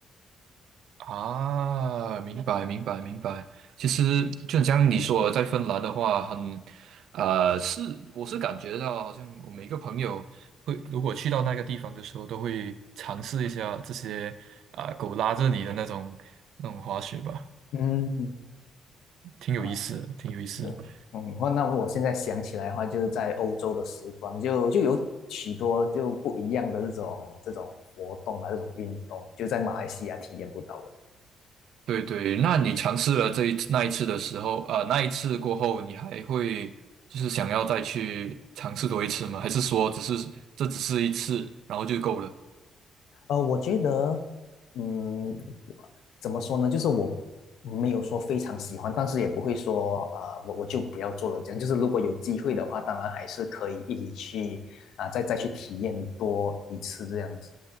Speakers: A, on the right; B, on the left.
A: 啊，明白明白明白。其实就很像你说的，在芬兰的话，很呃，是我是感觉到，好像我每个朋友会，如果去到那个地方的时候，都会尝试一下这些啊、狗拉着你的那种那种滑雪吧，
B: 嗯，
A: 挺有意思的，
B: 哇，
A: 挺有意思的。
B: 对，嗯，哇那我现在想起来的话，就是在欧洲的时光，就就有许多就不一样的这种这种活动吧，这种运动，就在马来西亚体验不到的。
A: 对对，那你尝试了这一次那一次的时候，呃，那一次过后，你还会就是想要再去尝试多一次吗？还是说只是这只是一次，然后就够了
B: 呃，我觉得，嗯，怎么说呢？就是我没有说非常喜欢，但是也不会说，啊，我我就不要做了这样。就是如果有机会的话，当然还是可以一起去啊、再再去体验多一次这样子。